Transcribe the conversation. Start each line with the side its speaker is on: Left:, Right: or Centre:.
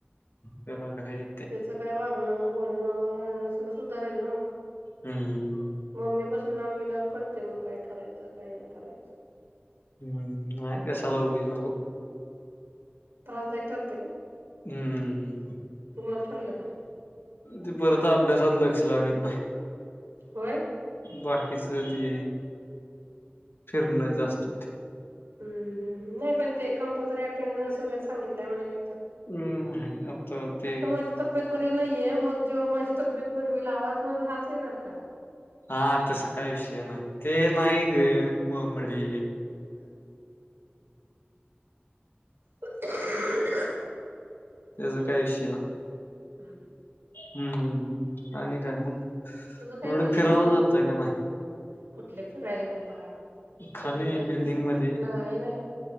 Left: त्याला काय येते
Right: त्याच काय वागणं बोलण नारायण तो सुधारेल ना मग
Left: हम्म
Right: ममीपासन - न लांब गेल्यावर कळते मग काय करायचं काय नाही करायचं
Left: हम्म नाही कसाला उगीच नगू
Right: त्रासदा्यायक ठरते का
Left: हम्म
Right: तुम्हाला ठरलं का
Left: ते परता अभ्यासात लक्ष लागत नाही. बा.
Right: होय.
Left: बाकीचते फिरण जास्त
Right: नाही पण ते कंपल्सरी अटेंडन्स वगैरे सांगितल्याय म्ह
Left: हम्म ह आता अ ते.
Right: माझी तब्येत बरी नाहीये मग जेव्हा माझी तब्येत बरी होईल आवाज माझा हाच येणार का?
Left: हा तस काय विषय नाही ते नाही ग म मडी
Right: खों खॅ.
Left: त्याचा काही विषय ना.
Right: हम्.
Left: हम् हम हम्. आणि काय मगथोड
Right: चालते. तुझं काय चाललंय
Left: फिरायला
Right: शेड्यूल
Left: जातय का नाही.
Right: कुठले फिरायला बाबा.
Left: खाली
Right: तब्येत बरी
Left: बिल्डिंग
Right: नसती
Left: मध्ये
Right: नाहीय नाही.